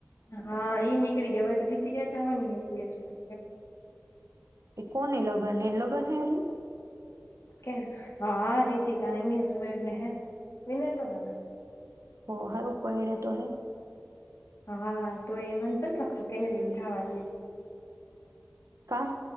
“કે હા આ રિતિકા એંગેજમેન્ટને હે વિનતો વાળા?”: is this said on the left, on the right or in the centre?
Left